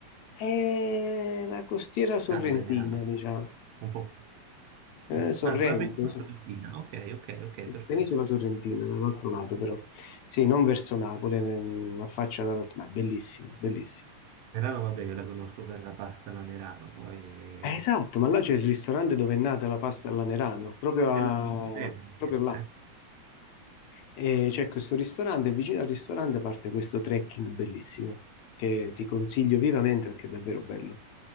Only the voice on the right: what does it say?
venerana.
Un po'.
Mm.
Ah, sulla penisola
stamattina. Ok, ok, ok, perfetto.
Nerano, vabbè, io la conosco per la pasta alla Nerano, poi...
eh,
Stella
Michelin, mi sembra,
eh?